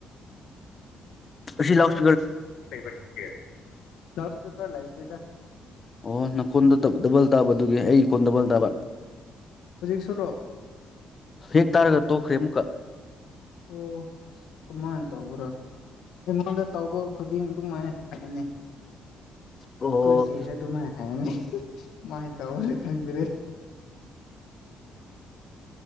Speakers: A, on the left (about 40°); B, on the left (about 75°).
A: ꯑꯁꯤ ꯂꯧꯁ
B: <unintelligible>
A: ꯑꯣ ꯅꯈꯣꯟꯗꯣ ꯗꯕ ꯗꯕꯜ ꯇꯥꯕ ꯑꯗꯨꯒꯤ ꯑꯩ ꯈꯣꯟ ꯗꯕꯜ ꯇꯥꯕ
B: ꯍꯧꯖꯤꯛꯁꯨꯔꯣ
A: ꯍꯦꯛ ꯇꯥꯔꯒ ꯇꯣꯛꯈ꯭ꯔꯦ ꯑꯃꯨꯛꯀ
B: ꯑꯣ ꯀꯃꯥꯏꯟ ꯇꯧꯕꯔꯥ ꯑꯩꯉꯣꯟꯗ ꯇꯧꯕ ꯈꯨꯗꯤꯡ ꯑꯗꯨꯃꯥꯏꯟ ꯍꯥꯏꯅꯤ
A: ꯑꯣ
B: ꯑꯈꯣꯏ ꯆꯦꯁꯨ ꯑꯗꯨꯃꯥꯏꯅ ꯍꯥꯏꯑꯅꯤ ꯃꯥꯏꯟ ꯇꯧꯔꯅꯤ ꯈꯪꯗꯔꯦ